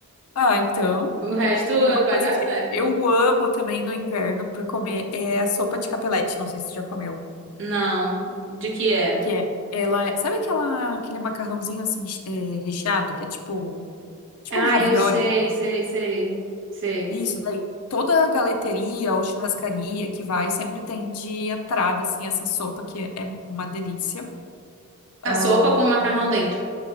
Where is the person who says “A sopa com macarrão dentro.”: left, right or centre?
Right